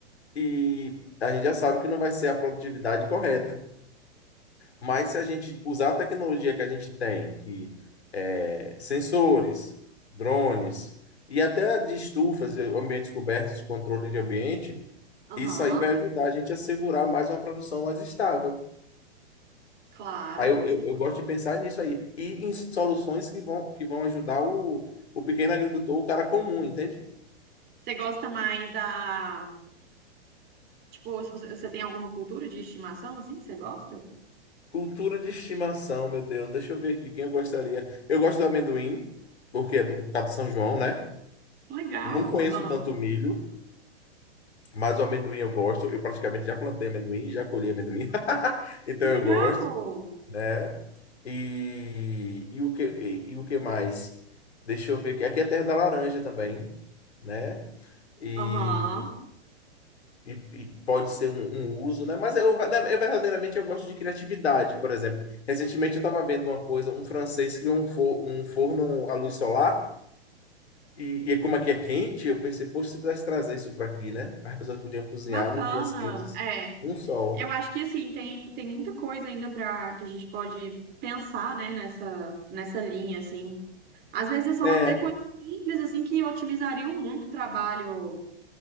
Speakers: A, on the left; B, on the right.
A: e a gente já sabe que não vai ser a produtividade correta. Mas se a gente usar a tecnologia que a gente tem, que é, sensores, drones e até de estufas, e ambientes cobertos de controle de ambiente,
B: aham.
A: isso aí vai ajudar a gente a segurar mais uma produção mais estável.
B: Claro,
A: Aí eu,
B: com
A: eu,
B: certeza.
A: eu gosto de pensar nisso aí. E em soluções que vão, que vão ajudar o, o pequeno agricultor, o cara comum, entende?
B: Você gosta mais da. Tipo, se você, você tem alguma cultura de estimação assim que você gosta?
A: Cultura de estimação, meu Deus. Deixa eu ver aqui quem eu gostaria. Eu gosto do amendoim, porque é do, por causa do São João, né?
B: Que Legal.
A: Não conheço
B: Ah,
A: tanto milho, mas o amendoim eu gosto. Eu praticamente já plantei amendoim, já colhi amendoim. <laughs> Então
B: que legal.
A: eu gosto, né? E, e, o que, e, e o que mais? Deixa eu ver aqui. Aqui é terra da laranja também, né? e
B: Aham.
A: E, e pode ser um, um uso, né? Mas eu, né, eu verdadeiramente eu gosto de criatividade, por exemplo. Recentemente eu estava vendo uma coisa, um francês criou um, for, um forno à luz solar, e, e como aqui é quente, eu pensei, poxa, se pudesse trazer isso para aqui, né? As pessoas podiam cozinhar
B: Bacana.
A: nos dias quentes,
B: É,
A: um sol.
B: eu acho que assim tem, tem muita coisa ainda para que a gente pode pensar, né, nessa nessa linha assim. Às vezes são
A: é
B: até coisas simples assim que otimizariam muito o trabalho